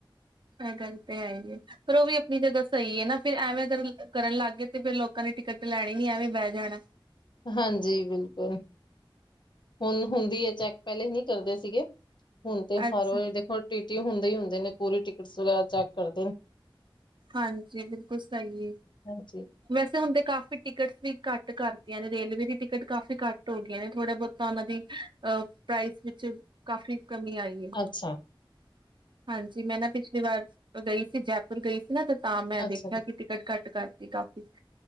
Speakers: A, on the right (about 60°); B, on the left (about 60°).
A: ਐ ਗਂਤੇ ਆਏਗੇ। ਪਰ ਓ ਵੀ ਅਪਨੀ ਜਗਾ ਸਈ ਏ ਨਾ ਫੇਰ ਐਵੇ ਅਗਰ ਕਰਨ ਲਾੱਗ ਗਏ ਤੇ ਫੇਰ ਲੋਕਾਂ ਨੇ ਟਿਕਟ ਤੇ ਲੈਣੀ ਨੀ ਐਵੇ ਈ ਬੈ ਜਾਣੈ।
B: ਹਾਂਜੀ ਬਿਲਕੁਲ, ਹੁਨ ਹੁੰਦੀ ਏ ਚੈਕ ਪੈਲੇ ਨੀ ਕਰਦੇ ਸੀਗੇ। ਹੁਨ ਤੇ ਹਰ
A: ਅੱਛਾ
B: ਵਾਰੀ ਦੇਖੋ ਟੀ ਟੀ ਹੁੰਦੇ ਈ ਹੁੰਦੇ ਨੇ ਪੂਰੀ ਟਿਕਟਸ ਵਗੈਰਾ ਚੈਕ ਕਰਦੇਨ।
A: ਹਾਂਜੀ ਬਿਲਕੁਲ ਸਈ ਏ।
B: ਹਾਂਜੀ।
A: ਵੈਸੇ ਹੁਨਤੇ ਕਾਫ਼ੀ ਟਿਕਟਸ ਵੀ ਘਾੱਟ ਕਾਰਤਿਆਂ ਨੇ ਰੇਲਵੇ ਦੀ ਟਿਕਟ ਕਾਫੀ ਘਾੱਟ ਓ ਗੀਆ ਨੇ ਥੋੜੇ ਬੋਤ ਤਾ ਉਨਾ ਦੀ ਅ ਪ੍ਰਾਈਸ ਵਿੱਚ ਕਾਫੀ ਕਮੀ ਆਈ
B: ਅੱਛਾ,
A: ਹਾਂਜੀ ਮੈਂ ਨਾ ਪਿਛਲੀ ਵਾਰ ਅ ਗਈ ਸੀ ਜੈਪੁਰ ਗਈ ਸੀ ਨਾ ਤੇ ਤਾਂ ਮੈਂ
B: ਅੱਛਾ
A: ਦੇਖਯਾ
B: ਜੀ
A: ਕਿ ਟਿਕਟ ਘਾੱਟ ਕਾਰਤੀ ਕਾਫੀ।